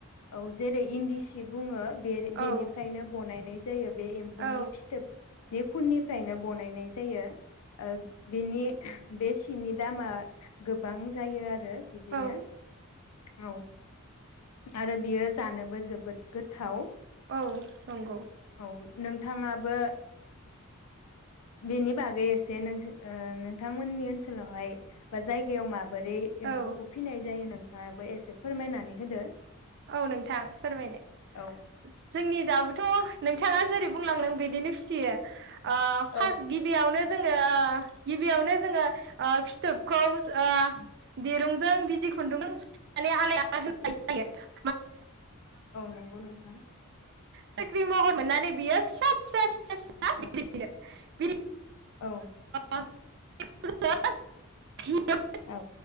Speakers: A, on the left; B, on the right.
A: औ जेरै इन्दि सि बुङो बे
B: औ
A: बेनिफ्रायनो बनायनाय जायो बे एम्फौनि
B: औ
A: फिथोबनि खुननिफ्रायनो बनायनाय जायो। ओ बिनि बे सिनि दामा गोबां जायो आरो । बिदिनो
B: औ
A: औ आरो बियो जानोबो जोबोद गोथाव।
B: औ नंगौ
A: औ नोंथाङाबो बेनि बागै एसे ओ नोंथांमोननि ओनसोलावहाय जाय गायाव मा बोरै
B: औ
A: एम्फौखौ फिनाय जायो नों नोंथाङाबो एसे फोरमायनानै होदो।
B: औ नोंथां फोरमायनाय
A: औ
B: जोंनि दाबोथ' नोंथाङा जेरै बुंलांदों बिदिनो फिसियो ओ फार्स्ट
A: औ
B: गिबियावनो जोङो गिबियावनो जोङो ओ फिथोबखौ ओ दिरुंजों बिजि खुन्दुंजों सुनानै आलाय होनो हायो <unintelligible>
A: नंगौ नोंथां
B: साख्रि महर मोननानै बियो फिसा फिसा <unintelligible>
A: औ औ
B: <inaudible>
A: औ